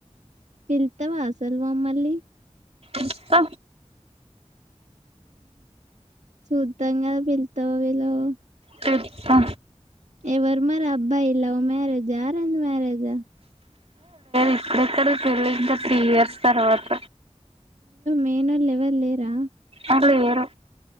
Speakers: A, on the right; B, on the right.
A: పిల్తవా అసల్ మమ్మల్ని
B: చూత్త
A: చూద్దాం కాదు పిల్తవో పిల్వవో
B: చెప్తా.
A: ఎవరు మరబ్బాయి లవ్ మ్యారేజా అరెంజ్ మ్యారేజా
B: ఇప్పుడెక్కడ్ది పెళ్ళి ఇంకా త్రీ ఇయర్స్ తర్వాత
A: మేనోల్ ఎవర్ లేరా?
B: ఆ లేరు.